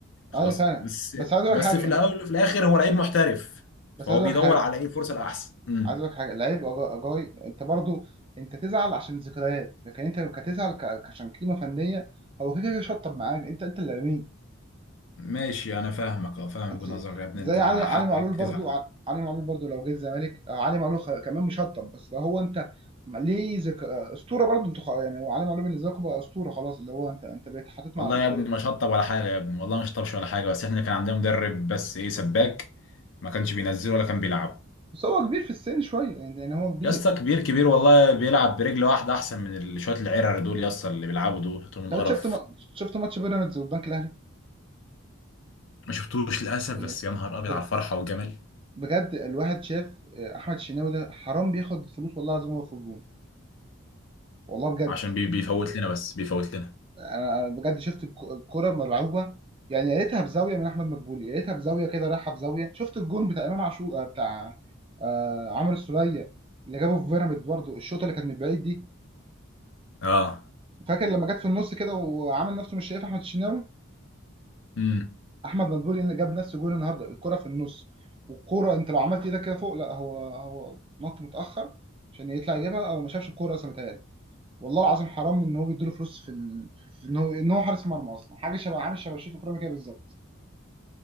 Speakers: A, on the left; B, on the right.
A: خلاص
B: ايوه فعلا
A: بس
B: بس عايز اقول
A: بس
B: لك حاجه
A: في الاول
B: انت
A: وفي الاخر هو لعيب محترف
B: بس
A: فهو
B: عايز
A: بيدور
B: اقول لك حاجه
A: على ايه الفرصه الاحسن امم
B: عايز اقول لك حاجه لعيب أجا- اجاي انت برضو انت تزعل عشان ذكريات لكن انت كتزعل ك- عشان قيمه فنيه هو كده كده شطب معاك انت انت اللي رميه
A: ماشي انا فاهمك اه فاهمك
B: انت
A: وجهة
B: شايف
A: نظرك يا ابني
B: زي
A: انت
B: علي علي
A: حقك
B: معلول برضو
A: تزعل
B: ع- علي معلول برضو لو جه الزمالك آه، علي معلول خ- كمان مش هطب بس هو انت م- ليه ذك... آه، اسطوره برضو انت خ- يعني هو علي معلول بالنسبه لكم بقى اسطوره خلاص اللي هو انت انت بقيت حاطط
A: والله
B: مع الاسطوره
A: يا ابني ما شطب ولا حاجه يا ابني والله ما شطبش ولا حاجه بس احنا كان عندنا مدرب بس ايه سباك ما كانش بينزله ولا كان بيلعبه
B: بس هو كبير في السن شويه يعني يعني هو كبير
A: يا اسطى كبير كبير والله بيلعب برجل واحده احسن من ال- شويه العرر دول يا اسطى اللي بيلعبوا دول توم القرف
B: طب انت شفت ما... شفت ماتش بيراميدز والبنك الاهلي
A: ما شفتوش للاسف
B: ال-
A: بس يا نهار ابيض
B: ب-
A: على الفرحه والجمال
B: بجد الواحد شاف آه، احمد الشناوي ده حرام بياخد فلوس والله العظيم هو في الجون والله بجد
A: عشان بي بيفوت لنا بس بيفوت لنا
B: انا أنا بجد شفت الك- الكرة مرعوبة يعني يا ريتها بزاوية من احمد مدبولي يا ريتها بزاوية كده رايحة بزاوية شفت الجون بتاع امام عاشور آه، بتاع آه، عمرو السولية اللي جابه في بيراميدز برضه الشوطة اللي كانت من بعيد دي
A: اه
B: فاكر لما جت في النص كده وعمل نفسه مش شايف احمد الشناوي
A: امم
B: احمد مدبولي اللي جاب نفس الجون النهارده الكرة في النص والكرة انت لو عملت ايدك كده فوق لا هو هو نط متأخر عشان يطلع يجيبها او ما شافش الكرة اصلا متهيألي والله العظيم حرام ان هو بيديله فلوس في ال... في ان هو ان هو حارس مرمى اصلا حاجه شبه عامل شبه شريف اكرامي كده بالظبط